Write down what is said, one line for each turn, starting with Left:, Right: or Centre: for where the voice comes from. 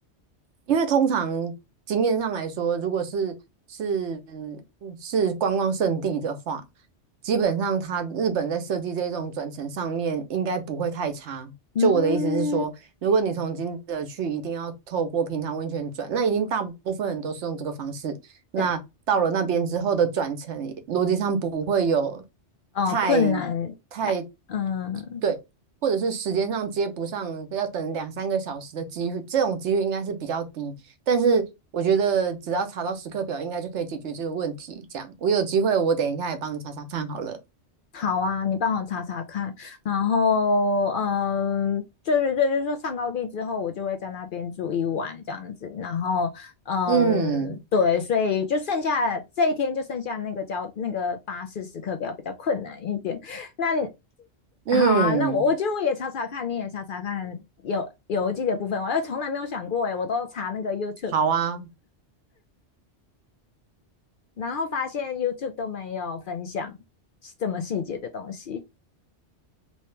Right: 因为通常经验上来说，如果是是嗯是观光胜地的话，基本上它日本在设计这种转乘上面应该不会太差。
Left: 嗯，
Right: 就我的意思是说，如果你从金泽去，一定要透过平常温泉转，那一定大部分人都是用这个方式。那到了那边之后的转乘，
Left: 对。
Right: 逻辑上不会有
Left: 呃困难，
Right: 太太
Left: 哎嗯，
Right: 对，或者是时间上接不上，要等两三个小时的机会，这种几率应该是比较低。但是我觉得只要查到时刻表，应该就可以解决这个问题。这样，我有机会，我等一下也帮你查查看好了。
Left: 好啊，你帮我查查看，然后嗯，就是对，就是说上高地之后，我就会在那边住一晚这样子，然后嗯，
Right: 嗯
Left: 对，所以就剩下这一天就剩下那个交那个巴士时刻表比较困难一点，那你
Right: 嗯，
Left: 好啊，那我我觉得我也查查看，你也查查看有邮寄的部分，我从来没有想过诶，我都查那个 YouTube，
Right: 好啊。
Left: 然后发现 YouTube 都没有分享这么细节的东西。